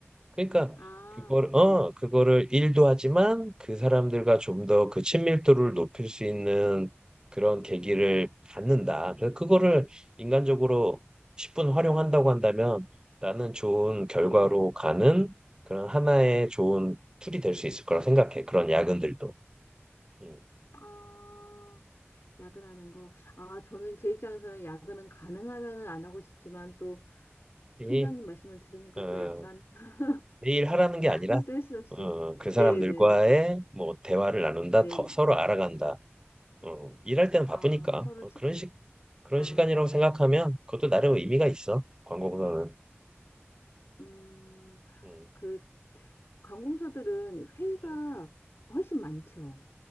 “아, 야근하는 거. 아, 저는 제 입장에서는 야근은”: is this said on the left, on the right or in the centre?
Left